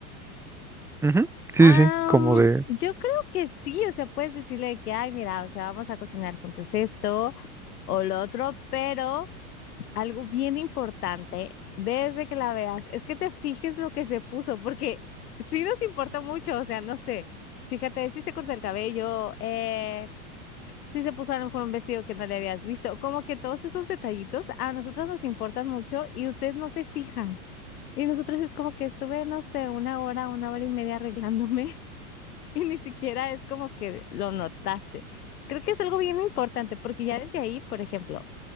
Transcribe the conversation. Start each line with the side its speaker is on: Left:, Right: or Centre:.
Centre: Ujú,
Left: Am,
Centre: Sí, sí, sí, como de...
Left: yo creo que sí, o sea, puedes decirle de que, ay, mira, o sea, vamos a cocinar juntos esto o lo otro, pero Algo bien importante desde que la veas es que te fijes lo que se puso, porque sí nos importa mucho, o sea, no sé, fíjate, si se cortó el cabello, eh, si se puso a lo mejor un vestido que no le habías visto, como que todos esos detallitos a nosotros nos importan mucho y ustedes no se fijan. Y nosotros es como que estuve, no sé, una hora, una hora y media arreglándome <laughs> y ni siquiera es como que lo notaste. Creo que es algo bien importante, porque ya desde ahí, por ejemplo,